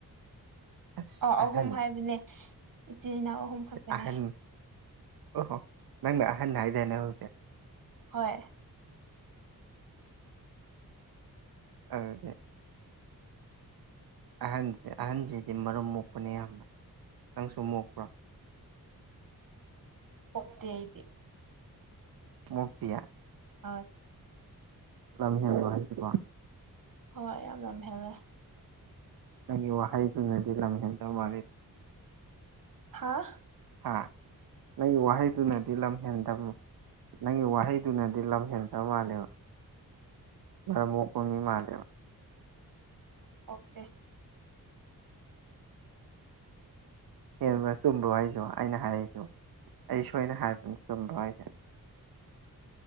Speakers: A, on the right (about 75°); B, on the right (about 60°).
A: ꯑꯁ
B: ꯑ ꯑꯍꯨꯝ
A: ꯑꯍꯟ
B: ꯍꯥꯏꯕꯅꯦ ꯏꯆꯤꯟ ꯏꯅꯥꯎ ꯑꯍꯨꯝ ꯈꯛꯇꯅꯦ
A: ꯑꯍꯟ ꯑꯣꯍꯣ ꯅꯪꯅ ꯑꯍꯟꯅ ꯍꯥꯏꯗꯅꯦ ꯍꯧꯖꯤꯛ
B: ꯍꯣꯏ
A: ꯑꯗꯨꯗꯤ ꯑꯍꯟꯁꯦ ꯑꯍꯟꯁꯤꯗꯤ ꯃꯔꯨꯝ ꯃꯣꯛꯄꯅꯦ ꯌꯥꯝꯅ ꯅꯪꯁꯨ ꯃꯣꯛꯄ꯭ꯔꯣ
B: ꯄꯥꯛꯇꯦ ꯑꯩꯗꯤ
A: ꯃꯣꯛꯇꯤꯌꯦ
B: ꯍꯣꯏ
A: ꯂꯝ ꯍꯦꯅꯕ꯭ꯔꯣ ꯍꯥꯏꯁꯤꯕꯣ
B: ꯍꯣꯏ ꯌꯥꯝ ꯂꯝ ꯍꯦꯜꯂꯦ
A: ꯅꯪꯒꯤ ꯋꯥꯍꯩꯗꯨꯅꯗꯤ ꯂꯝ ꯍꯦꯟꯗꯕ ꯃꯥꯂꯤꯗ
B: ꯍꯥꯥ
A: ꯍꯥ ꯅꯪ ꯋꯥꯍꯤꯗꯨ ꯅꯠꯇ ꯁꯤ ꯂꯝ ꯍꯦꯟꯗꯕ ꯅꯪꯒꯤ ꯋꯥꯍꯩꯗꯨꯅꯗꯤ ꯂꯝ ꯍꯦꯟꯗꯕ ꯃꯥꯜꯂꯦꯕ ꯃꯔꯃꯨ ꯀꯃꯤ ꯃꯥꯗ
B: ꯑꯣꯀꯦ
A: ꯍꯦꯟꯕ ꯆꯨꯝꯗꯣ ꯍꯥꯏꯁꯨ ꯑꯩꯅ ꯍꯥꯏꯔꯛꯏꯁꯨ ꯑꯩ ꯁꯣꯏꯅ ꯍꯥꯏꯕꯅ ꯆꯨꯝꯗ ꯍꯥꯏꯁꯦ